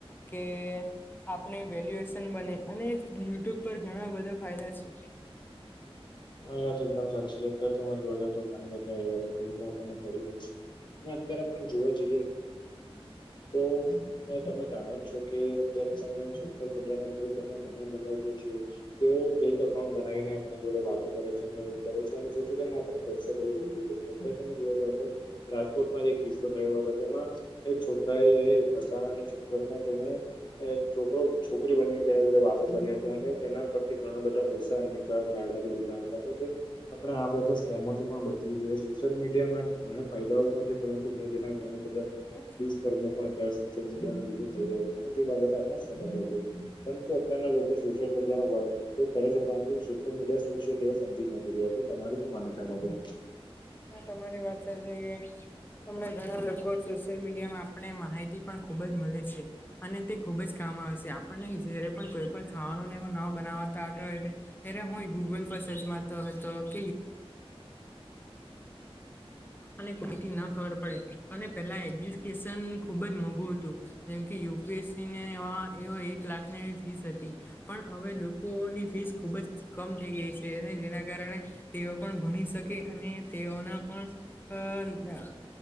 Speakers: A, on the left; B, on the left.
A: કે આપણે વેલ્યુએશન બને અને યુટ્યુબ પર ઘણાં બધાં ફાયદા છે.
B: હ, યા તો એકદમ સાચી છે. અત્યારે મજ તો ઘણી બધા એવા તકબો આપણને પડી રહી છે. ના અત્યારે આપણે જોવા જઈએ તો હ, તમે જાણો જ છો કે અત્યારે તમે સોશિયલ મીડિયા ઉપયોગ ત ઘણા બધા છે. તેઓ ફેક અકાઉન્ટ બનાવીને આપણા જોડે વાત કરે છે. એવું કરે છે. અને જેથી કરીને આપણે પૈસા તેવ વદે છે એ તમે જોઈ જાવ તો રાજકોટમાં જે કિસ્સો થયો હતો તેમાં એક છોકરાએ ફસાવાને ચક્કરમાં તેને છોકરો છોકરી બનીને તેના જોડે વાતો પડ્યા ત્યા ને તેના પરથી ઘણા બધા પૈસા નીકાળ કાઢાવી લેય. આપણે આ બધા સ્કેમોથી પણ બચવું જોઈએ સોશિયલ મીડિયામાં ઘણા ફાયદાઓ પણ છે પરંતુ ઘર જેના ઘણા બધા
A: હ.
B: દુષ્કર્મ પણ અત્યારે સોશિયલ મીડિયાના લીધે ચોરે. તે બાબતે આપણે સમજવા જોઈએ, પરંતુ અત્યારના લોકો સોશિયલ મીડિયાનો ભાવ ઉપયોગ કરે છે પરંતુ સોશિયલ મીડિયા શું છે તેઓ સમજી જ નથી રહ્યા તો તમારે શું માનવું છે આ બાબતે?
A: હા, તમારી વાત <unintelligible> હમણાં ઘણાં લોકો સોશિયલ મીડિયામાં આપને માહિતી પણ ખુબ જ મળે છે. અને તે ખૂબ જ કામ આવે છે આપણને જયારે પણ કોઈ પણ ખાવાનુંને એવુ ન બનાવાતા આવતુ હોય તે અ્યારે હું ગૂગલ પર સર્ચ મારતો હતો કે- - અને કોઈથી ના ખબર પડે અને પેલા એજ્યુકેશન ખુબ જ મોંઘું હતું. જેમ કે યુપીએસસી ને એ એક લાખની એવી ફીસ હતી. પણ હવે લોકોની ફીસ ખુબ જ- - કમ થઈ ગઈ છે અને જેના કારણે તેઓ પણ ભણી શકે અને તેઓના પણ હ ના